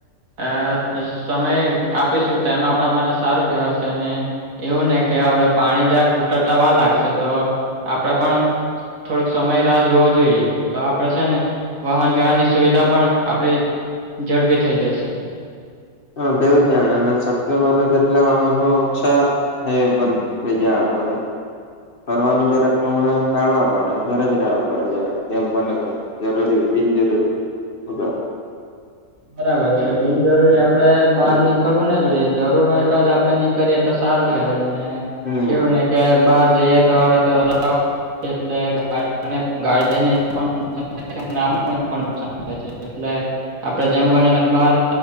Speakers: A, on the right; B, on the left.
A: અ સમય આપીશું ટમ આપણા માટે સારું કેવાશે ને એવું ને કે હડ પાણી જં કુતરતા વા લાગશે તો આપડે પણ થોડોક સમય રાહ જોવો જોઈએ તો આપડે છે ને વાહન વ્યહનની સુવિધા પણ આપડે ઝડપી થઈ જશે
B: હા તેવું જ જાણેને શક્ય બને તેટલા વાહનો છા હાઈવે પર લઈ જવા પડે ફરવાનું જરાક હમણે ટાઢવા પડે ઘરે જ રહેવા પડે જરા જેમ બને જરૂરી બિન જરૂરી હ <unintelligible>
A: બરાબર છે બિનજરૂરી આપડે બહાર નીકળવું નને જોઈએ જરૂર હોય તો જ આપડે નીકળીએ તો સારું કેવાય ને
B: હમ
A: કેવું ને કે બહાર જઈએ તો આવડે તો <unintelligible> એટલે ગાડીને પણાન થાન થાય છે એટ <unintelligible> આપડે જેમ બને તેમ બાર